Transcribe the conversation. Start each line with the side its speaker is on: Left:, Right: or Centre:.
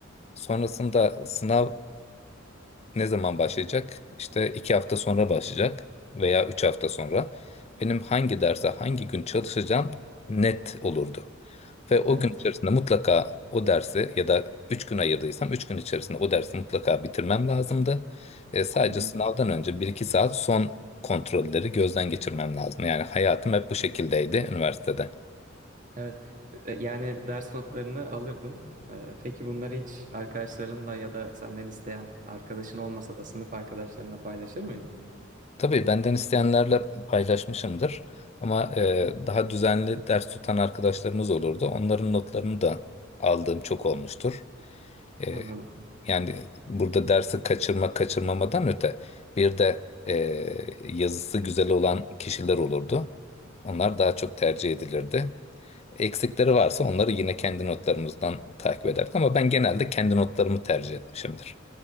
Left: Sonrasında sınav ne zaman başlayacak? İşte iki hafta sonra başlayacak veya üç hafta sonra. Benim hangi derse hangi gün çalışacağım net olurdu. Ve o
Right: Evet.
Left: gün içerisinde mutlaka o dersi ya da 3 gün ayırdıysam 3 gün içerisinde o dersi mutlaka bitirmem lazımdı. E, sadece
Right: Hı hı.
Left: sınavdan önce bir iki saat son kontrolleri gözden geçirmem lazım. Yani hayatım hep bu şekildeydi üniversitede.
Right: Evet. E, Yani ders notlarını alırdın. E, Peki bunları hiç arkadaşlarınla ya da senden isteyen arkadaşın olmasa da sınıf arkadaşlarına paylaşır mıydın?
Left: Tabii benden isteyenlerle paylaşmışımdır. Ama e, daha düzenli ders tutan arkadaşlarımız olurdu. Onların notlarını da aldığım çok olmuştur. E,
Right: Anladım.
Left: Yani burada dersi kaçırma kaçırmamadan öte bir de e, yazısı güzel olan kişiler olurdu.
Right: Hmm.
Left: Onlar daha çok tercih edilirdi. Eksikleri varsa onları yine kendi notlarımızdan takip ederdik ama ben genelde kendi notlarımı tercih etmişimdir.